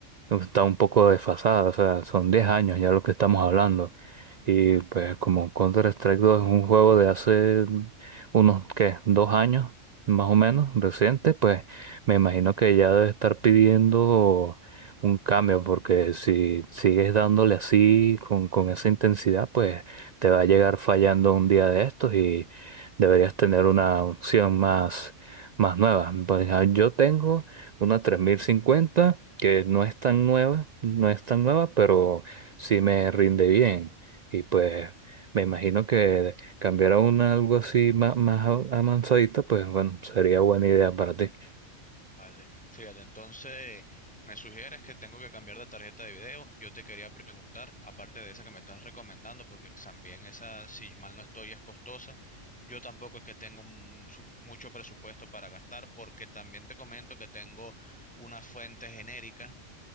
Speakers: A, on the right (about 80°); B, in the centre.
A: está un poco desfasada, o sea, son 10 años ya lo que estamos hablando. Y pues como Counter-Strike dos es un juego de hace unos, ¿qué? Dos años, más o menos, reciente, pues me imagino que ya debe estar pidiendo un cambio, porque si sigues dándole así, con, con esa intensidad, pues te va a llegar fallando un día de estos y deberías tener una opción más, más nueva. Pues ah, yo tengo... Una 3050 que no es tan nueva, no es tan nueva, pero sí me rinde bien. Y pues me imagino que cambiar a una algo así más, más a- avanzadita, pues bueno, sería buena idea para ti.
B: Vale, fíjate, entonces me sugieres que tengo que cambiar de tarjeta de video. Yo te quería preguntar, aparte de esa que me estás recomendando, porque también esa, si mal no estoy, es costosa. Yo tampoco es que tengo un su- mucho presupuesto para gastar, porque también te comento que tengo una fuente genérica